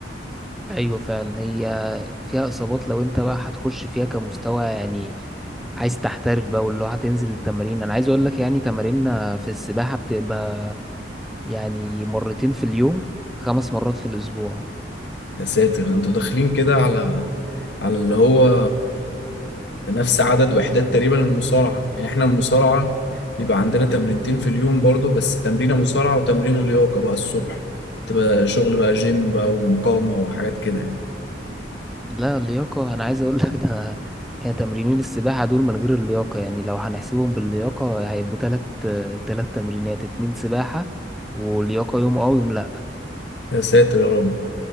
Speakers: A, in the centre; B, on the left.
A: أيوة فعلا هي فيها إصابات لو أنت بقى هتخش فيها كمستوى يعني عايز تحترف بقى واللي هو هتنزل التمارين أنا عايز أقول لك يعني تماريننا في السباحة بتبقى يعني مرتين في اليوم خمس مرات في الأسبوع
B: يا ساتر ده انتوا داخلين كده على على اللي هو نفس عدد وحدات تقريبا من المصارعة يعني احنا المصارعة بيبقى عندنا تمرينتين في اليوم برضو بس تمرينة مصارعة وتمرينة لياقة بقى الصبح تبقى شغل بقى جيم بقى ومقاومة وحاجات كده يعني.
A: لا اللياقة أنا عايز أقول لك ده يعني تمرينين السباحة دول من غير اللياقة يعني لو هنحسبهم باللياقة هيبقوا تلت تلت تمرينات اتنين سباحة ولياقة يوم أه ويوم لأ
B: يا ساتر يا رب